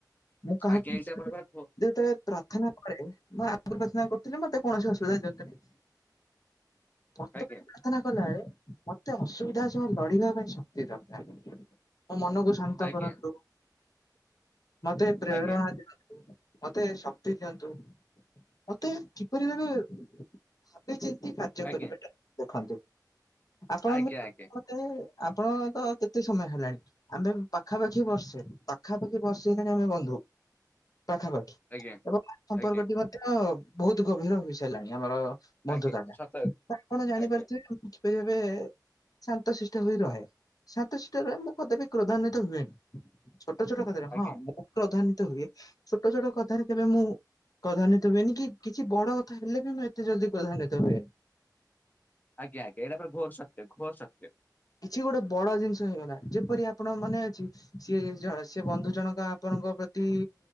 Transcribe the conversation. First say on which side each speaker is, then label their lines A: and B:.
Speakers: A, on the left; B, on the left.
A: ମୁଁ କାହାକୁ
B: ଆଜ୍ଞା ଏଇଟା ଆପଣଙ୍କ ପା
A: ଯେତେବେଳେ ପ୍ରାର୍ଥନା କରେ ମୁଁ ଆଗରୁ ପ୍ରାର୍ଥନା କରିଥିଲି ମତେ କୌଣସି ଅସୁବିଧା ଦିଅନ୍ତୁନି। ବର୍ତ୍ତମାନ
B: ଆଜ୍ଞା
A: ପ୍ରାର୍ଥନା କଲାବେଳେ ମତେ ଅସୁବିଧା ସହ ଲଢିବା ପାଇଁ ଶକ୍ତି ଦରକାର। ମୋ ମନକୁ ଶାନ୍ତ
B: ଆଜ୍ଞା
A: କରନ୍ତୁ। ମତେ ପ୍ରେରଣା
B: ଆଜ୍ଞା
A: ଦିଅନ୍ତୁ ମତେ ଶକ୍ତି ଦିଅନ୍ତୁ। ମତେ କିପରି ଭାବେ ଭାବି ଚିନ୍ତି କାର୍ଯ୍ୟ
B: ଆଜ୍ଞା
A: କରିବାଟା ଦେଖନ୍ତୁ। ଆପଣ
B: ଆଜ୍ଞା
A: ମତେ
B: ଆଜ୍ଞା ଆଜ୍ଞା
A: ଆପଣ ତ କେତେ ସମୟ ହେଲାଣି? ଆମ୍ଭେ ପାଖାପାଖି ବର୍ଷେ ପାଖାପାଖି ବର୍ଷେ ହେଲାଣି ଆମେ ବନ୍ଧୁ। ପାଖାପାଖି
B: ଆଜ୍ଞା
A: ଏବଂ ସମ୍ପର୍କଟି
B: ଆଜ୍ଞା
A: ମଧ୍ୟ ବହୁତ ଗଭୀର ହୋଇ ସାରିଲାଣି ଆମର ବନ୍ଧୁତାଟା
B: ଆଜ୍ଞା ସତ
A: ଆପଣ ଜାଣିପାରୁଥିବେ
B: ଆଜ୍ଞା
A: ପରି ଭବେ ଶାନ୍ତଶିଷ୍ଟ ହୋଇ ରହେ। ଶାନ୍ତଶିଷ୍ଟ ରହେ ମୁଁ କଦାବି କ୍ରୋଧାନ୍ଵି ହୁଏନି ଛୋଟ ଛୋଟ କଥାରେ
B: ଆଜ୍ଞା
A: ହଁ ମୁଁ କ୍ରୋଧାନି ହୁଏ ଛୋଟ ଛୋଟ କଥାରେ କେବେ ମୁଁ କ୍ରୋଧାନ୍ୟିତ ହୁଏନି କି କିଛି ବଡ କଥା ହେଲେ ବି ମୁଁ ଏତେ ଜଲ୍ ଦି କ୍ରୋଧାନିତ ହୁଏନି।
B: ଆଜ୍ଞା ଆଜ୍ଞା ଏଇଟା ତ ଘୋର ସତ୍ୟ ଘୋର ସତ୍ୟ।
A: କିଛି ଗୋଟେ ବଡ ଜିନିଷ ହେଇଗଲା ଯେପରି ଆପଣ ମନେ ଅଛି ସିଏ ଜ ସେ ବନ୍ଧୁ ଜଣକ ଆପଣ ପ୍ରତି